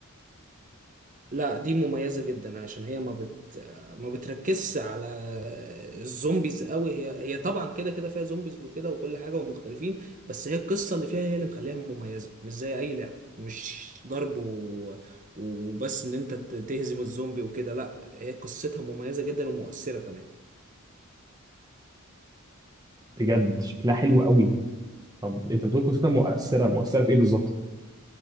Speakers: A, on the right; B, on the right.
A: لا دي مميزة جدا عشان هي ما بت ما بتركزش على الزومبيز قوي هي هي طبعا كده كده فيها زومبيز وكده وكل حاجة ومختلفين بس هي القصة اللي فيها هي اللي مخليها مميزة مش زي أي لعبة مش ضرب و... وبس إن أنت ت- تهزم الزومبي وكده لا هي قصتها مميزة جدا ومؤثرة كمان
B: بجد شكلها حلو قوي طب انت بتقول قصتها مؤثره مؤثره في ايه بالظبط